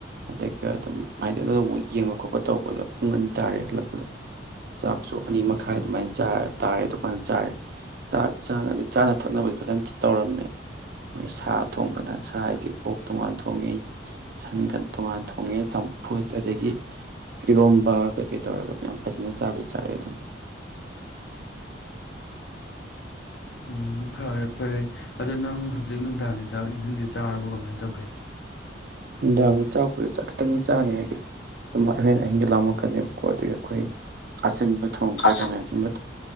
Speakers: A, on the right; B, on the left.
A: ꯑꯗꯒꯤ ꯑꯗꯨꯝ ꯍꯥꯏꯗꯤ ꯑꯃꯨꯛ ꯌꯦꯡꯕ ꯈꯣꯠꯄ ꯇꯧꯕꯗ ꯄꯨꯡ ꯑꯅꯤ ꯇꯥꯔꯦ ꯍꯜꯂꯛꯄ ꯆꯥꯛꯁꯨ ꯑꯅꯤ ꯃꯈꯥꯏ ꯑꯗꯨꯃꯥꯏꯅ ꯆꯥꯔ ꯇꯥꯔꯦ ꯗꯨꯀꯥꯟꯗ ꯆꯥꯔꯦ ꯆꯥꯛ ꯆꯥꯡꯉꯗꯤ ꯆꯥꯅ ꯊꯛꯅꯕꯗꯤ ꯐꯖꯅ ꯇꯧꯔꯝꯃꯦ ꯃꯣꯏ ꯁꯥ ꯊꯣꯡꯗꯅ ꯁꯥ ꯍꯥꯏꯗꯤ ꯑꯣꯛ ꯇꯣꯡꯉꯥꯟ ꯊꯣꯡꯉꯦ ꯁꯟꯒꯟ ꯇꯣꯉꯥꯟ ꯊꯣꯡꯉꯦ ꯆꯝꯐꯨꯠ ꯑꯗꯒꯤ ꯏꯔꯣꯝꯕ ꯀꯩꯀꯩ ꯇꯧꯔꯒ ꯌꯥꯝ ꯐꯖꯅ ꯆꯥꯕꯨꯗꯤ ꯆꯥꯔꯑꯦ ꯑꯗꯨꯝ
B: ꯎꯝ ꯐꯔꯦ ꯐꯔꯦ ꯑꯗꯣ ꯅꯪ ꯍꯧꯖꯤꯛ ꯅꯨꯡꯗꯥꯡꯒꯤ ꯆꯥꯛ ꯏꯟꯁꯤꯡꯗꯤ ꯆꯥꯔꯕꯣ ꯀꯃꯥꯏ ꯇꯧꯒꯦ
A: ꯅꯨꯡꯗꯥꯡ ꯆꯥꯛꯄꯨꯗꯤ ꯆꯥ ꯈꯤꯇꯪꯗꯤ ꯆꯥꯅꯤ ꯍꯥꯏꯗꯤ ꯑꯗꯨꯝ ꯍꯣꯔꯦꯟ ꯑꯍꯤꯡꯗ ꯂꯥꯝꯃꯛꯀꯅꯦꯕꯀꯣ ꯑꯗꯨꯒꯤ ꯑꯩꯈꯣꯏ ꯑꯁꯤꯟꯕ ꯊꯣꯡꯈ꯭ꯔꯦ
B: ꯑꯁꯟ
A: ꯈꯥꯃꯦꯟ ꯑꯁꯤꯟꯕ